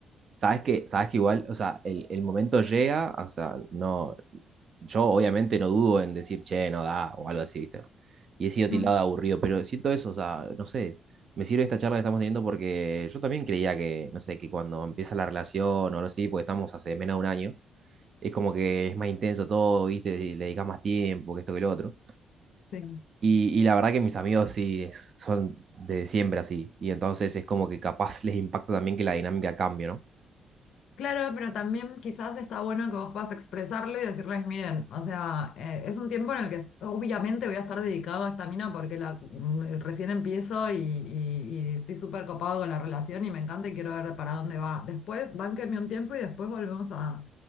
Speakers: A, on the right (about 50°); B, on the left (about 75°).
A: Sabes que, sabes que igual, o sea, el, el momento llega, o sea, no, yo obviamente no dudo en decir, che, no da, o algo así, ¿viste? Y he sido tildado
B: Ujú.
A: de aburrido, pero siento eso, o sea, no sé, me sirve esta charla que estamos teniendo porque yo también creía que, no sé, que cuando empieza la relación o algo así, porque estamos hace menos de un año, es como que es más intenso todo, ¿viste? Y le dedicas más tiempo, que esto que lo otro.
B: Sí.
A: Y, y la verdad que mis amigos sí es- son de siempre así, y entonces es como que capaz les impacta también que la dinámica cambie, ¿no?
B: Claro, pero también quizás está bueno que vos puedas expresarlo y decirles, miren, o sea, eh, es un tiempo en el que obviamente voy a estar dedicado a esta mina porque la, mm, recién empiezo y, y- y estoy súper copado con la relación y me encanta y quiero ver para dónde va. Después, bánquenme un tiempo y después volvemos a,